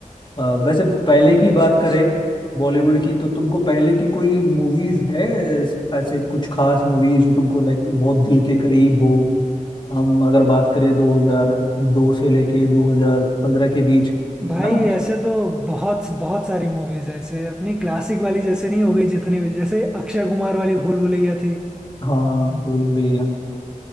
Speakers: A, on the left; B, in the centre.
A: अ, वैसे पहले की बात
B: अच्छा अच्छा
A: करें बॉलीवुड की तो तुमको पहले की कोई मूवीज है ऐस- ऐसे कुछ खास मूवीज जो तुमको लाइक बहुत दिल के करीब हो हम अगर बात करें 2002 से लेके 2015 के बीच
B: भाई
A: है ना
B: ऐसे तो बहुत बहुत सारी मूवीज है ऐसे अपनी क्लासिक वाली जैसे नहीं हो गई जितनी भी जैसे अक्षय कुमार वाली भूल भुलैया थी
A: हाँ भूल भुलैया